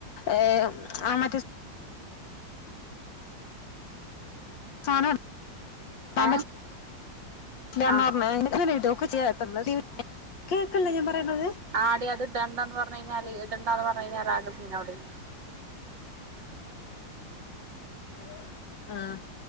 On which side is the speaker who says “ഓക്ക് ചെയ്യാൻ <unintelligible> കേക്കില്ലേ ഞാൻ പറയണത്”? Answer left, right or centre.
Left